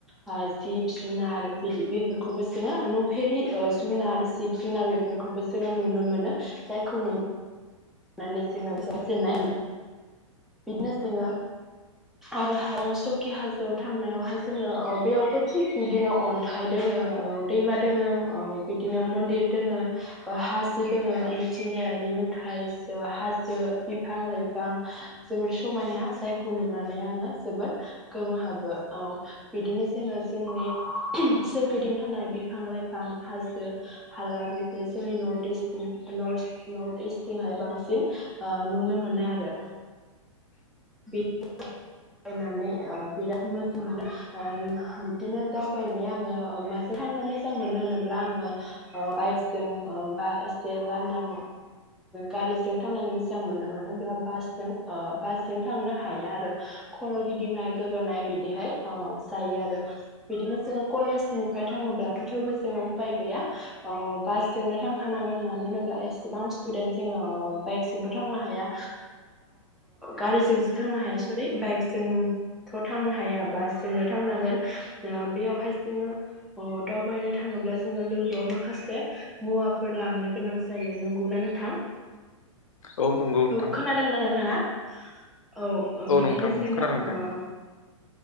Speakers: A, in the centre; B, on the left.
A: ओ जिब जुनार बिदि बेफोरखौबो जोङो नफेरि ओ जुनार जिब जुनार बेफोरखौबो जोङो जोंङो नुनो मोनो जायखौ नुनो माने <unintelligible> जोङो गोजोननाय बिदिनो जोङो आरोहाय आं सकि हाजोआव थांनायावहाय जोङो बेयावबो थिग बिदिनो अन्थाइ दोङो औ दैमा दोङो औ बिदिनो मन्दिर दोङो हाजो दोङो मिथिंगायारि नुथाय हाजो बिफां लाइफां जोबोर समायना जायखौ नुनानै आङो जोबोर गोमोहाबो। औ बिदिनो जोङो जोंनि सोरगिदिं थानाय बिफां लाइफां हाजो हाला बेफोरो जोंनि नर्थ इस्ट नर्थ इस्टथिंहाय बांसिन बांसिन ओ नुनो मोनो आरो। बिदि <unintelligible> नायनै ओ बिराद मोजां मोनो। ओ बिदिनो दावबायनाय आङो माजों थांनो मोजां मोनो होनोब्ला आङो ओ बाइकजों ओ बा एसे लांदां गारिजों थांनानै मोजां मोनो मानो होनबोला बासजों-बासजों थांनो‌ हा या आरो खर' गिदिंनाय गोबानाय बिदिहाय ओ जायो आरो बिदिनो जोङो कलेजनिफ्राय थाङोब्लाथ' थेवबो जोङो उफाय गैया ओ बासजोंनो थांखानांगोन मानो होनोब्ला एसेबां स्टुडेन्ट जोङो ओ बाइक जोंथ' थांनो हाया गारिजों सो थांनो हाया सरि बाइक जोंथ' थांनो हाया बासजोंनो थांनांगोन। ओ बेयावहाय जोङो ओ दावबायनो थाङोब्ला जोङो लोगोआव माखासे मुवाफोर लांनो गोनां जायो नंगौना नोंथां?
B: औ नंगौ नोंथां
A: औ खोनादोंना नोंथाङा? औ बिदिनो
B: नोंथां
A: जोङो
B: खोनादों दे
A: ओ
B: ओं।